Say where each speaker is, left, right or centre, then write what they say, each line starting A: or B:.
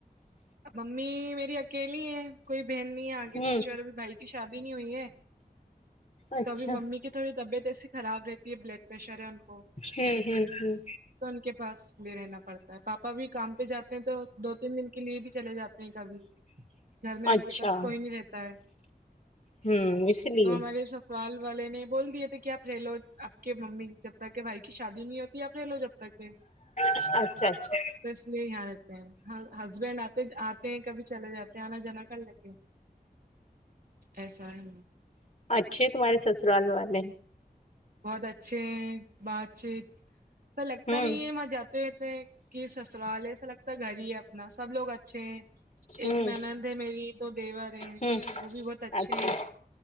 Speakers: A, on the right (about 65°); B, on the left (about 45°).
A: ممی میری اکیلی ہے کوئی بہن نہیں ہے آگے
B: ہوں
A: پچھے اور ابھی بھائی کی شادی نہیں ہوئی ہے
B: اچھا
A: تو ابھی ممی کی تھوڑی طبیعت ایسی خراب رہتی ہے بلڈ پریشر ہے ان کو
B: ہوں ہوں ہوں
A: تو ان کے پاس بھی رہنا پڑتا ہے پاپا بھی کام پہ جاتے ہیں تو دو تین دن کے لیے بھی چلے جاتے ہیں کبھی گھر میں ان
B: اچھا
A: کے پاس کوئی نہیں رہتا ہے
B: ہوں اس لیے
A: تو ہمارے سسرال والے نے بول دیے تھے کہ آپ رہ لو آپ کے ممی جب تک کہ بھائی کی شادی نہیں ہوتی اپ رہ لو جب تک کہ
B: اچھا اچھا
A: تو اس لیے یہاں رہتے ہیں ہسبینڈ آتے آتے ہیں کبھی چلے جاتے ہیں آنا جانا کرلیتی ہوں ایسا ہے
B: اچھے ہے تمہارے سسرال والے
A: بہت اچھے ہیں بات چیت ایسا لگتا
B: ہوں
A: نہیں ہے وہاں جاتے ہیں کہ سسرال ایسا لگتا ہے گھر ہی ہے اپنا سب لوگ اچھے ہیں ایک
B: ہوں
A: ننند ہے میری دو دیور ہیں
B: ہوں
A: وہ بھی بہت اچھے
B: اچھا
A: ہیں